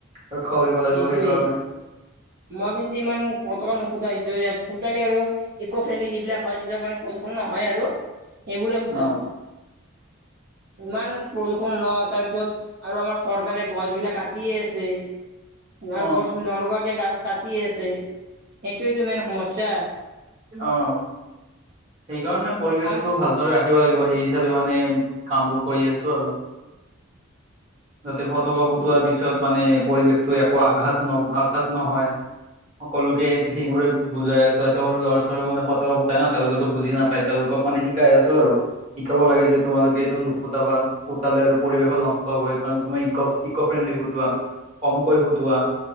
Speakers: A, on the right; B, on the right.
A: ৰক্ষা কৰিব লাগিব
B: এইটোৱে
A: সেইকাৰণে
B: মই কিন্তু ইমান পতকা নুখোধা এইটো। সোলি আৰু ইকো ফ্ৰেণ্ডলি যিবিলাক হয় যিবিলাক মানে প্ৰদূষণ নহয় আৰু। সেইবোৰে ফুটাও।
A: অ <inaudible>
B: ইমান প্ৰদূষণ ন তাৰপিছত আৰু আমাৰ চৰকাৰে গছ বিলাক কাটয়ে আছে। আৰু
A: অ
B: গছ নলগোৱাকে গাছ কাটি আছে। সেইটোৱেইতো মেইন সমস্যা।
A: অ সেইকাৰণে পৰিৱেশটো
B: আৰু
A: ভালদৰে ৰাখিব লাগিব সেই হিচাপে মানে কাম বোৰ কৰি আছো আৰু। যাতে ফটকা ফুটোৱাৰ
B: উম
A: পিছত মানে পৰিৱেশটো একো আঘাত ন আঘাত নহয়। সকলোকে সেইবোৰে বুজাই আছো ইহতে সৰু ল'ৰা ছোৱালও মানে ফটকা ফুটাই ন তেওঁলোকেতো বুজি নাপায় তেওঁলোকে। ক মানে শিকাই আছো আৰু। শিকাব লাগে যে তোমালোকে এইটো নুফুতাবা ফুটালে আৰু পৰিৱেশো নষ্ট হয়। তুমাৰ ইক ইক' ফ্ৰেণ্ডলি ফুটোৱা কমকৈ ফুটোৱা।